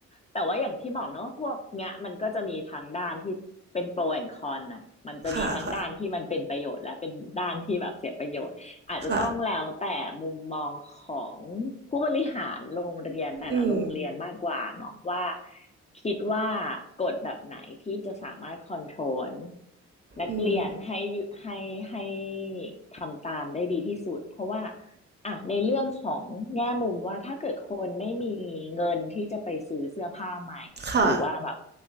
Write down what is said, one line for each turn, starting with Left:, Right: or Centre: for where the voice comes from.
Left: แต่ว่าอย่างที่บอกเนอะพวกเนี้ยมันก็จะมีทั้งด้านที่เป็นโปรแอนคอนน่ะมันจะมีทั้งด้านที่มันเป็นประโยชน์และเป็นด้านที่แบบเสียประโยชน์
Right: ค่ะค่ะ
Left: อาจจะต้องแล้วแต่มุมมองของผู้บริหารโรงเรียนแต่ละโรงเรียนมากกว่าเนาะว่า
Right: ค่ะอืม
Left: คิดว่ากฎแบบไหนที่จะสามารถคอนโทรลนักเรียนให้ให้ให้
Right: อืม
Left: ทำตามได้ดีที่สุดเพราะว่า อ่ะในเรื่องของแง่มุมว่าถ้าเกิดคนไม่มีเงินที่จะไปซื้อเสื้อผ้าใหม่หรือว่าแบบ
Right: ค่ะ